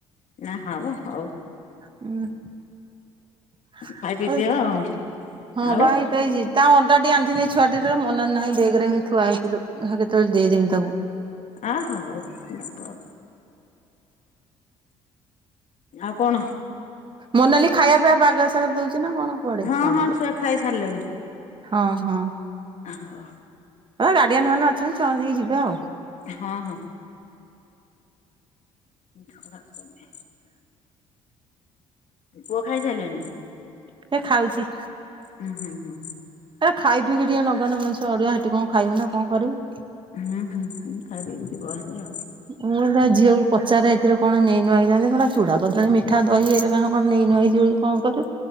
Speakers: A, on the left; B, on the right.
A: ନା ହବ ହଉ।
B: ହୁ। <unintelligible>
A: ଖାଇ ପିଇ ଦିଅ ଆଉ
B: ତା ଅଣ୍ଡା
A: ଆଉ
B: ଟି ଆଣିଥିନି ଛୁଆ ଟିର ମନର ନାହିଁ ବେଗେରେ ହି ଥୁଆହେଇଚିଲୋ ଦେଖା କେତେଳେ ଦେଇଦେମି ତାକୁ।
A: ଆ ହଉ ବାପ। ଆଉ କଣ।
B: ମୋନାଲି ଖାଇବା ପିଇବା ବାଗସାଗ ରେ ଦୋଉଚି ନା କଣ। କୁଆଡେ
A: ହଁ
B: କଣ
A: ହଁ
B: ଲୋ।
A: ଛୁଆ ଖାଇ ସାରିଲେଣି।
B: ହଁ ହଁ।
A: ଆଁ ହୋଉ।
B: ହଁ ଗାର୍ଡ଼ିଆନ୍ ମାନେ ଅଛନ୍ତିଛୁଆଙ୍କୁ ନେଇକି ଯିବେ ଆଉ।
A: ହଁ ହଁ। <inaudible> ପୁଅ ଖାଇସାଇଲାଣି।
B: ସିଏ ଖାଉଚି।
A: ଉଁ ହୁଁ ହୁଁ।
B: ଖାଇ ପିଇକି ଟିକେ ନଗନେ ମଣିଷ ଅଡୁଆ ହେଠି କଣ ଖାଇବ ନା କଣ କରିମୁ।
A: ହୁଁ ହୁଁ ଖାଇ ପିକି ଯିବ ଭାରି ଆଉ।
B: ମୁଁ ତା ଝିଅକୁ ପଚାରେ ଏଥିରେ କଣ ନେଇ ନୁଆ କି ଯାଆନ୍ତି କଣ ଚୁଡା, କଦଳୀ, ମିଠା, ଦହି ଏଇରେ କଣ କଣ ନେଇ ନୁଆଇକି ଯିବ କି? ହଁ ପରା